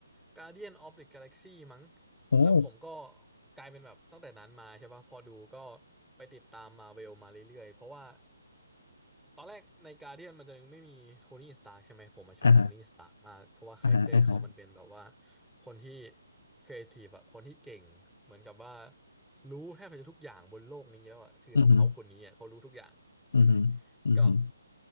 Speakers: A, in the centre; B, on the left.
A: Guardian of the Galaxy มั้ง
B: โอ
A: แล้วผมก็
B: ้
A: กลายเป็นแบบตั้งแต่นั้นมาใช่ป่ะพอดูก็ไปติดตามมาวิวมาเรื่อยๆเพราะว่าตอนแรกใน Guardian มันจะยังไม่มีโทนี่สตาร์กใช่ไหมผมมาชอบโทนี่สตาร์กมากเพราะว่าคาแรคเตอร์เขามันเป็นแบบว่า
B: อ่าฮะ อ่าฮะอ่าฮะ
A: คนที่ครีเอทีฟอะคนที่เก่งเหมือนกับว่ารู้แทบจะทุกอย่างบนโลกนี้แล้วอะคือต้องเขาคนนี้อะเขารู้ทุกอย่างใช่ไหม
B: อือฮึอือฮึอือฮึ
A: ก็